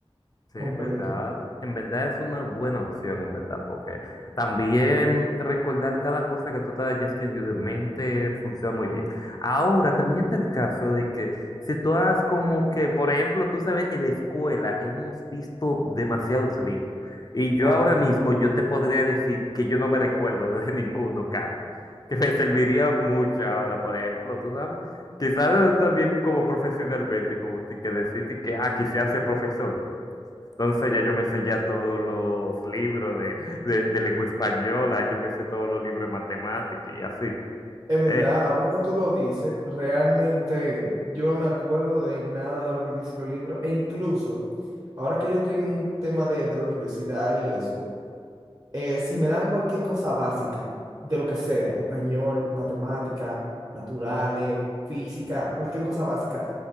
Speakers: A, on the left; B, on the right.
A: Sí,
B: completo.
A: en verdad, en verdad es una buena opción, en verdad, porque también recordar cada cosa que tú te hayas tenido en mente funciona muy bien. Ahora, también está el caso de que si tú has como que, por ejemplo, tú sabes, en la escuela hemos visto demasiados libros y yo
B: Ajá.
A: ahora mismo yo te podría decir que yo no me recuerdo de <laughs> ninguno casi, que me serviría mucho ahora, por ejemplo, tú sabes, quizás también como profesionalmente, como te- que decirte que, ah, quisiera ser profesor. Entonces ya yo me sé ya todos los libros de, de- de lengua española, yo me sé todos los libros de matemática y así.
B: Es verdad,
A: Eh,
B: ahora que tú lo dices, realmente yo no me acuerdo de nada de lo que dicen los libros, e incluso ahora que yo tengo un tema de, de la universidad y eso. eh, si me dan cualquier cosa básica, de lo que sea, español, matemática, naturales, física, cualquier cosa básica,